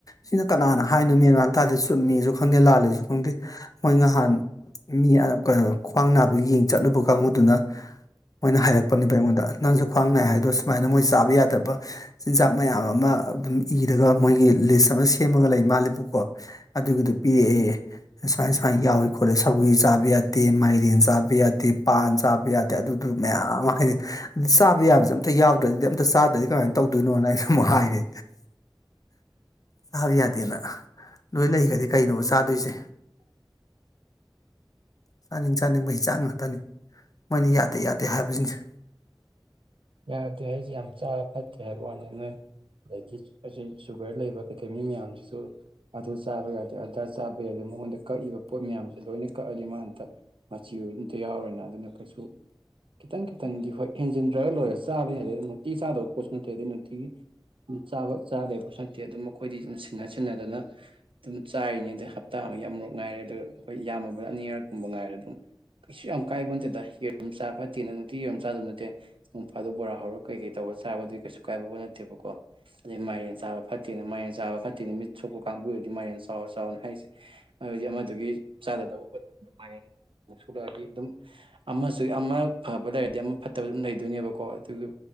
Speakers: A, on the left; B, on the right.
A: ꯁꯤꯅ ꯀꯅꯥꯅ ꯍꯥꯏꯅꯣ ꯃꯦꯟꯃꯥꯟ ꯇꯥꯗꯦ ꯆꯨꯝꯃꯤꯁꯨ ꯈꯪꯗꯦ ꯂꯥꯜꯂꯦꯁꯨ ꯈꯪꯗꯦ ꯃꯣꯏ ꯉꯍꯥꯟ ꯃꯤ ꯈ꯭ꯋꯥꯡ ꯅꯥꯕꯒꯤ ꯌꯦꯡ ꯆꯠꯂꯨꯕ ꯀꯥꯡꯕꯨꯗꯨꯅ ꯃꯣꯏꯅ ꯍꯥꯏꯔꯛꯄꯅꯦꯕ ꯑꯩꯉꯣꯟꯗ ꯅꯪꯁꯨ ꯈ꯭ꯋꯥꯡ ꯅꯥꯏ ꯍꯥꯏꯗꯣ ꯁꯨꯃꯥꯏꯅ ꯃꯣꯏ ꯆꯥꯕ ꯌꯥꯗꯕ ꯆꯤꯟꯖꯥꯛ ꯃꯌꯥꯝ ꯑꯃ ꯑꯗꯨꯝ ꯏꯔꯒ ꯃꯣꯏꯒꯤ ꯂꯤꯁ ꯑꯃ ꯁꯦꯝꯃꯒ ꯂꯩ ꯃꯥꯜꯂꯤꯕꯨꯀꯣ ꯑꯗꯨꯒꯤꯗꯨꯣ ꯄꯤꯔꯛꯑꯦ ꯁꯨꯃꯥꯏꯅ ꯁꯨꯃꯥꯏꯅ ꯌꯥꯎꯋꯤ ꯈꯣꯠꯂꯦ ꯁꯒꯠꯄ ꯎꯏ ꯆꯥꯕ ꯌꯥꯗꯦ ꯃꯥꯏꯔꯦꯟ ꯆꯥꯕ ꯌꯥꯗꯦ ꯄꯥꯟ ꯆꯥꯕ ꯌꯥꯗꯦ ꯑꯗꯨꯗꯨ ꯃꯌꯥꯝ ꯑꯃ ꯍꯥꯏꯔꯦ ꯑꯗꯨ ꯆꯥꯕ ꯌꯥꯕꯁꯦ ꯑꯝꯇ ꯌꯥꯎꯗ꯭ꯔꯗꯤ ꯑꯝꯇ ꯆꯥꯗ꯭ꯔꯗꯤ ꯀꯃꯥꯏꯅ ꯇꯧꯗꯣꯏꯅꯣꯅ ꯑꯩꯁꯨ ꯑꯃꯨꯛ ꯍꯥꯏꯔꯦ ꯆꯥꯕ ꯌꯥꯗꯦꯅ ꯅꯣꯏ ꯂꯩꯈꯗꯤ ꯀꯩꯅꯣ ꯆꯥꯗꯣꯏꯁꯦ ꯆꯥꯅꯤꯡ ꯆꯥꯅꯤꯡꯕ ꯍꯤꯟꯖꯥꯡ ꯉꯥꯛꯇꯅꯤ ꯃꯣꯏꯅ ꯌꯥꯗꯦ ꯌꯥꯗꯦ ꯍꯥꯏꯕꯁꯤꯡꯁꯦ
B: ꯌꯥꯗꯦ ꯍꯥꯏꯁꯦ ꯌꯥꯝ ꯆꯥꯕ ꯐꯠꯇ꯭ꯔꯦ ꯍꯥꯏꯕ ꯋꯥꯅꯤ ꯅꯣꯏ ꯑꯗꯒꯤ ꯑꯖꯤ ꯁꯨꯒꯔ ꯂꯩꯕ ꯀꯩꯀꯩ ꯃꯤ ꯃꯌꯥꯝꯁꯤꯁꯨ ꯑꯗꯨ ꯆꯥꯕ ꯌꯥꯗꯦ ꯑꯗ ꯆꯥꯕ ꯌꯥꯗꯦ ꯃꯉꯣꯟꯗ ꯀꯛꯏꯕ ꯄꯣꯠ ꯃꯌꯥꯝꯁꯦ ꯂꯣꯏꯅ ꯀꯛꯑꯗꯤ ꯃꯥ ꯑꯝꯇ ꯃꯆꯤ ꯑꯣꯏꯕ ꯑꯝꯇ ꯌꯥꯎꯔꯔꯣꯏꯅ ꯑꯗꯨꯅ ꯀꯩꯁꯨ ꯈꯤꯇꯪ ꯈꯤꯇꯪꯗꯤ ꯍꯣꯏ ꯍꯦꯟꯖꯤꯟꯗ꯭ꯔꯒ ꯂꯣꯏꯔꯦ ꯆꯥꯕ ꯌꯥꯗꯦ ꯅꯨꯡꯇꯤ ꯆꯥꯗꯕ ꯄꯣꯠꯁꯨ ꯅꯠꯇꯦ ꯑꯗꯨꯗꯩ ꯅꯨꯡꯇꯤꯒꯤ ꯆꯥꯕ ꯆꯥꯗꯕ ꯄꯣꯠꯁꯨ ꯅꯠꯇꯦ ꯑꯗꯨꯝ ꯃꯈꯣꯏꯗꯤ ꯑꯗꯨꯝ ꯁꯤꯟꯅ ꯁꯤꯟꯅꯗꯅ ꯑꯗꯨꯝ ꯆꯥꯔꯤꯅꯤ ꯑꯗꯩ ꯍꯞꯇꯥ ꯑꯃ ꯌꯥꯝꯃꯨꯛ ꯉꯥꯏꯔꯦ ꯑ ꯑꯩꯈꯣꯏ ꯌꯥꯝꯃꯕꯗ ꯑꯅꯤꯔꯛꯀꯨꯝꯕ ꯉꯥꯏꯔ ꯑꯗꯨꯝ ꯀꯩꯁꯨ ꯌꯥꯝ ꯀꯥꯏꯕ ꯅꯠꯇꯦꯗ ꯌꯦꯔꯝ ꯆꯥꯕ ꯐꯠꯇꯦꯅ ꯅꯨꯡꯇꯤ ꯌꯦꯔꯨꯝꯝ ꯆꯥꯗꯕ ꯅꯠꯇꯦ ꯐꯥꯗꯣꯛ ꯕꯣꯔꯥ ꯍꯧꯔꯒ ꯀꯩ ꯀꯩ ꯇꯧꯔ ꯆꯥꯕꯗꯨꯗꯤ ꯀꯩꯁꯨ ꯀꯥꯏꯄꯣꯠ ꯅꯠꯇꯦꯕꯀꯣ ꯑꯗꯩ ꯃꯥꯏꯔꯦꯟ ꯆꯥꯕ ꯐꯠꯇꯦꯅ ꯃꯥꯏꯔꯦꯟ ꯆꯥꯕ ꯐꯠꯇꯦꯅ ꯃꯤꯠ ꯁꯣꯛꯄ ꯀꯥꯡꯕꯨ ꯑꯣꯏꯔꯗꯤ ꯃꯥꯏꯔꯦꯟ ꯆꯥꯎ ꯆꯥꯎꯅ ꯍꯥꯏꯔꯤꯁꯦ ꯑꯗꯨꯗꯤ ꯑꯃꯗꯨꯒꯤ ꯆꯥꯗꯅꯕ ꯍꯣꯠꯅꯕꯗ ꯃꯥꯏꯔꯦꯟ ꯃꯤꯠ ꯁꯣꯛꯂꯛꯑꯗꯤ ꯑꯗꯨꯝ ꯑꯃꯁꯨ ꯑꯃ ꯐꯕ ꯂꯩꯔꯗꯤ ꯑꯃ ꯐꯠꯇꯕ ꯑꯗꯨꯝ ꯂꯩꯗꯣꯏꯅꯦꯕ ꯀꯣ ꯑꯗꯨ